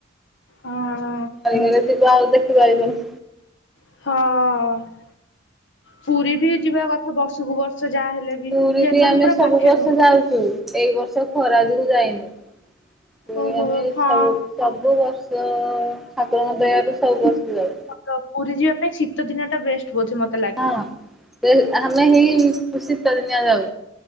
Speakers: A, on the left; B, in the centre.
A: ହଁ।
B: ଗଲେ ଯିବା ଆଉ ଦେଖିପାରିବନି।
A: ହଁ। ପୁରୀ ବି ଯିବା କଥା ବର୍ଷକୁ ବର୍ଷ ଯାହା ହେଲେ ବି
B: ପୁରୀ
A: ସେ ତମେ
B: ଆମେ
A: ପୁରା
B: ସବୁ
A: ପାଖରେ
B: ବର୍ଷ ଯାଉଛୁ ଏଇ ବର୍ଷ ଖରାଯୋଗୁ ଯାଇନୁ ପୁରୀ
A: ଓହୋ
B: ଆମେ
A: ହଁ
B: ସବୁ ସବୁ ବର୍ଷ ଠାକୁରଙ୍କ ଦୟାରୁୁ ସବୁ ବର୍ଷ ଯାଉ।
A: ତ ପୁରୀ ଯିବା ପାଇଁ ଶୀତ ଦିନ ଟା ବେଷ୍ଟ ବୋଧେ ମତେ ଲାଗେ
B: ହଁ ସେ ଆମେ ହେଇ ଶୀତ ଦିନିଆ ଯାଉ